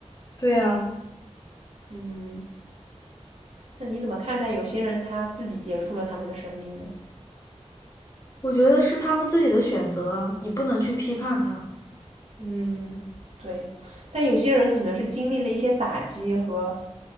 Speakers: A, on the left; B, on the right.
A: 对呀，
B: 嗯，那你怎么看待有些人他自己结束了他们的生命呢？
A: 我觉得是他们自己的选择啊，你不能去批判他。
B: 嗯，对，但有些人可能是经历了一些打击和，